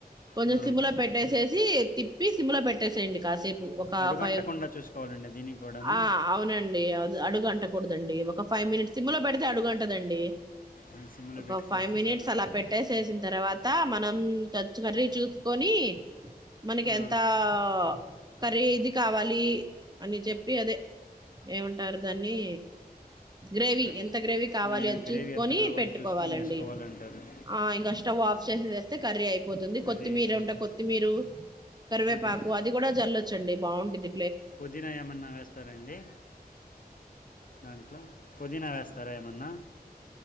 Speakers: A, on the right; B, on the left.
A: కొంచం
B: ఆ,
A: సిమ్ లో పెట్టే స్ తిప్పి సిమ్ లో పెట్టేసేయండి కాసేప్ ఒక
B: అడుగంటకుండా
A: ఫైవ్
B: చూసుకోవాలండి దీనికి కూడానా
A: ఆ అవునండి అ అడుగన్ అంటకూడదండి ఒక ఫైవ్ మినిట్స్ సిమ్ లో పెడితే అడుగంటదండి.
B: ఆ, సిమ్లో
A: ఒక
B: పెట్టి
A: ఫైవ్
B: చేస్తే
A: మినిట్స్
B: చాలా అంటారు
A: అలా పెట్టేసేసిన తర్వాత మనం టచ్ కర్రీ చూసుకొని మనకి
B: ఆ,
A: ఎంత ఆ కర్రీ ఇది కావాలి అని చెప్పి, అదే ఏమంటారు దాన్ని. గ్రేవీ
B: కర్రీ
A: ఎంత గ్రేవీ కావాలి
B: ఆ,
A: అది
B: గ్రేవీ
A: చూసుకొని
B: ఎంత కావాలో
A: పెట్టుకోవాలండి.
B: చూసుకొని వేసుకోవాలంటారు
A: ఆ ఇంకా స్టవ్ ఆఫ్ చేసిదిేస్తే కర్రీ అయిపోతుంది
B: కర్రీ
A: కొత్తిమీర
B: అయిపోయింది
A: ఉంటే కోత్. మీరు కరివేపాకు
B: పోది
A: అది కూడా జల్లొచ్ చండి బాగుంటది
B: పుదీనా ఏమన్నా వేస్తారండి దాంట్లో పుదీనా వేస్తారా ఏ మన్నా